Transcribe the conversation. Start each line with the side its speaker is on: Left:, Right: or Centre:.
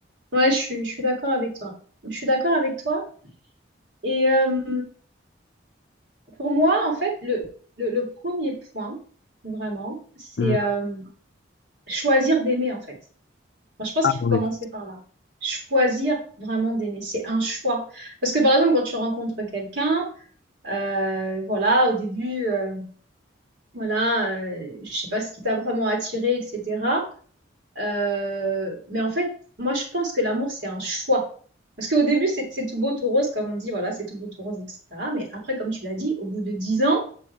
Right: Ouais, je suis, je suis d'accord avec toi. Je suis d'accord avec toi. Et euh, pour moi, en fait, le, le, le premier point, vraiment, c'est
Left: Mm.
Right: euh, choisir d'aimer, en fait. Enfin, je pense
Left: Ah
Right: qu'il faut
Left: oui.
Right: commencer par là. Choisir vraiment d'aimer, c'est un choix. Parce que, par exemple, quand tu rencontres quelqu'un, euh, voilà, au début... euh, voilà, euh, je sais pas ce qui t'a vraiment attiré, etc. Euh, mais en fait, moi, je pense que l'amour, c'est un choix. Parce qu'au début, c'est c'est tout beau, tout rose, comme on dit, voilà, c'est tout beau, tout rose, etc. Mais après, comme tu l'as dit, au bout de 10 ans,